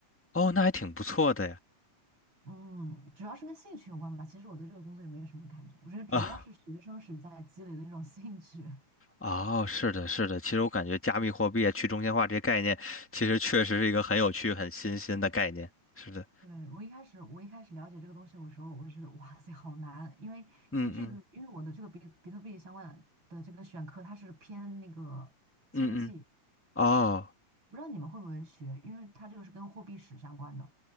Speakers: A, in the centre; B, on the right.
A: 哦，那还挺不错的呀
B: 嗯，主要是跟兴趣有关吧。其实我对这个工作也没有什么感觉，我觉得主要是学生时代积累的那种兴趣。
A: 啊。哦，是的，是的。其实我感觉加密货币啊、去中心化这些概念，其实确实是一个很有趣、很新鲜的概念。是的，
B: 对，我一开始，我一开始了解这个东西我说，我就觉得哇塞，好难，因为因为这个，
A: 嗯嗯
B: 因为我的这个比比特币相关的这个选科，它是偏那个经济，
A: 嗯嗯。哦，
B: 不知道你们会不会学，因为它这个是跟货币史相关的。